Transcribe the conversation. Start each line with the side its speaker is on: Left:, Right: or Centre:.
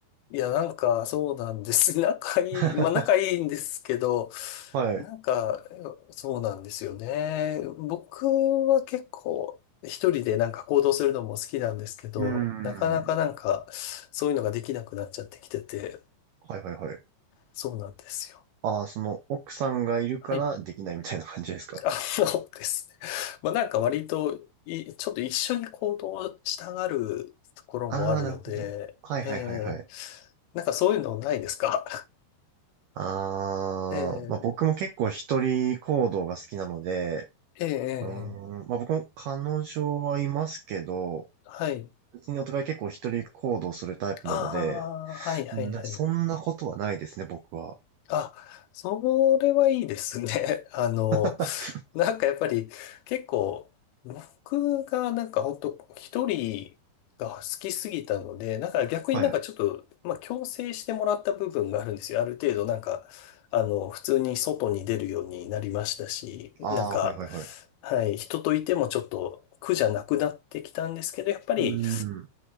Left: いや、なんか、そうなんです。<laughs> 仲いい、
Right: <laughs>
Left: まあ仲いいんですけど、
Right: はい。
Left: なんか、
Right: う
Left: そうなんですよね。僕は結構一人でなんか行動するのも好きなんですけど、
Right: ーん。
Left: なかなかなんかそういうのができなくなっちゃってきてて、
Right: はいはいはい。
Left: そうなんですよ。
Right: ああ、その奥さんがいるからできないみたいな感じですか
Left: はい。<laughs> あそうですね。まあなんか割とい、ちょっと一緒に行動したがるところもあるので、
Right: ああ、なるほど。はいはいはいはい。
Left: ええなんかそういうのないですか
Right: ああ、
Left: <laughs>
Right: まあ僕も結構一人行動が好きなので、
Left: ええええええええ
Right: うーん、まあ僕も彼女はいますけど、
Left: はい。
Right: 別にお互い結構一人行動するタイプなので、
Left: ああ、はいはいはい。
Right: うん、なんかそんなことはないですね、僕は。
Left: あ、それはいいですね。<laughs> あの、
Right: <laughs>
Left: なんかやっぱり結構、僕がなんか本当一人が好きすぎたので、なんか逆になんかちょっと、
Right: はいはい。
Left: まあ強制してもらった部分があるんですよ。ある程度なんか、あの、普通に外に出るようになりましたし、
Right: ああ、
Left: なんか、
Right: はいはいはい。
Left: はい、人といてもちょっと苦じゃなくなってきたんですけど、やっぱり、
Right: うん。